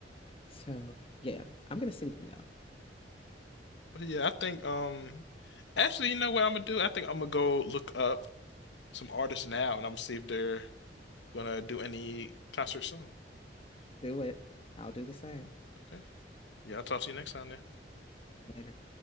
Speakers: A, on the left (about 30°); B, on the left (about 80°).
A: So yeah, I'm gonna see them though.
B: but yeah. I think um, actually, you know what I'm gonna do? I think I'm gonna go look up some artists now, and I'm gonna see if they're gonna do any concert soon.
A: Do it. I'll do the same
B: Okay. Yeah, I'll talk to you next time then.
A: later.